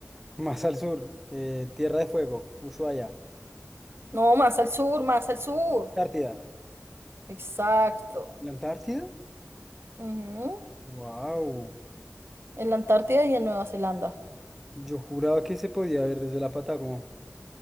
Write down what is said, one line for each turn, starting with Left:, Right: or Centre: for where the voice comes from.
Centre: Más al sur, eh, Tierra de Fuego, Ushuaia,
Right: No, más al sur, más al sur.
Centre: Antártida.
Right: Exacto.
Centre: ¿La Antártida?
Right: ujú.
Centre: Wow.
Right: En la Antártida y en Nueva Zelanda.
Centre: Yo juraba que se podía ver desde la Patagonia.